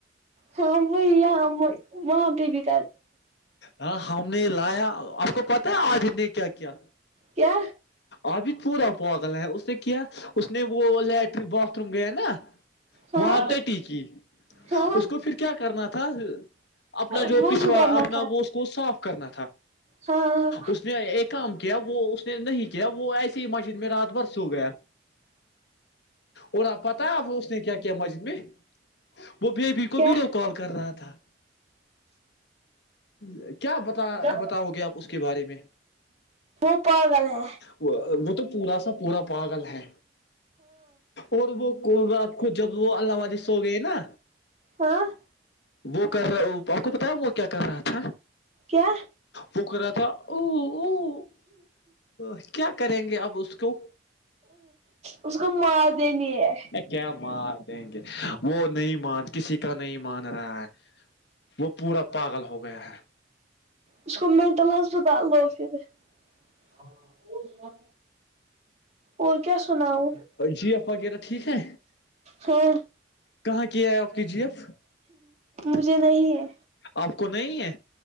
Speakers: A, on the right; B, on the left.
A: ہاں وہی وہاں پہ بھیک
B: ہاں ہم نے لایا آپ کو پتا ہے آج نے کیا کیا
A: کیا
B: ابھی پورا پاگلا ہے اس نے کیا اس نے وہ لیٹرن باتھ روم گیا نا
A: ہاں
B: وہاں ت ٹی کی
A: ہاں
B: اس کو پھر کیا کرنا تھا اپنا جو
A: وضو
B: پچھوا
A: کرنا
B: اپنا
A: تھا
B: وہ اس کو صاف کرنا تھا
A: ہاں
B: اس نے ایک کام کیا وہ اس نہیں کیا وہ ایسی ہی مسجد میں رات بھر سو گیا اور آپ پتا آپ اس نے کیا کیا مسجد میں وہ بیبی کو
A: کیا
B: ویڈیو کال کر رہا تھا <inaudible>
A: تو
B: بتاؤ گے آپ اس کے بارے میں
A: پا ہاں
B: وہ تو پورا سا پورا پاگل ہے اور وہ رات کو جب وہ اللہ والے سو گئے نا
A: ہاں
B: وہ کر رہا آپ کو پتا ہے وہ کیا کر رہا تھا
A: کیا
B: وہ کر رہا تھا او او کیا کریں گے اب اس کو
A: اس کو مار دینی ہے
B: کیا مار دیں گے وہ نہیں مان کسی کا نہیں مان رہا ح <inaudible> وہ پورا پاگل ہو گیا ہے
A: اس کو مینٹل ہسپتال دو پھر ہاں اور س اور کیا سناؤ
B: جی ایف وغیرہ ٹھیک ہے
A: ہ
B: کہاں کیا ہے آپ کی جی ایف
A: مجھے نہیں ہے
B: آپ کو نہیں ہے